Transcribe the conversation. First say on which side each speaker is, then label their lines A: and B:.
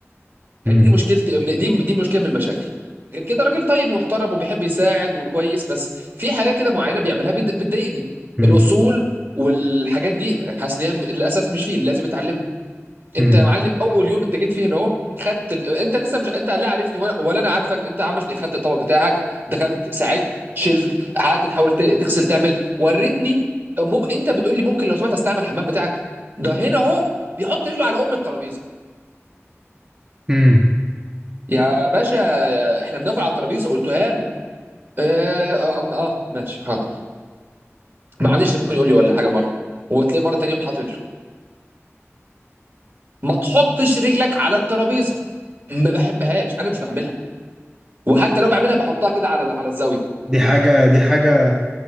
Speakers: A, on the right (about 15°); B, on the right (about 45°).
A: مم.
B: هي دي مشكلتي دي دي مشكله من المشاكل غير كده راجل طيب ومحترم وبيحب يساعد وكويس بس في حاجات كده معينه بيعملها بت- بتضايقني
A: مم.
B: الاصول والحاجات دي حاسس ان هي للاسف مش فيه لازم اتعلمها انت
A: مم.
B: يا معلم اول يوم انت جيت فيه هنا اهو خدت ال... انت لسه مش انت لا عارفني ولا ولا انا عارفك انت عملت ايه خدت الطبق بتاعك دخلت ساعدت شلت قعدت تحاول ت... تغسل تعمل وريتني مم... انت بتقول لي ممكن لو سمحت استعمل الحمام بتاعك ده هنا اهو بيحط رجله على ام الترابيزه
A: مم.
B: يا باشا احنا بناكل على الترابيزه قلتها له اه, اه... اه... ماشي حاضر معلش ممكن يقول لي ولا حاجه مره وتلاقي مره تانيه يوم حاطط رجله ما تحطش رجلك على الترابيزه ما بحبهاش انا مش بعملها وحتى لو بعملها بحطها كده على على الزاويه
A: دي حاجة دي حاجة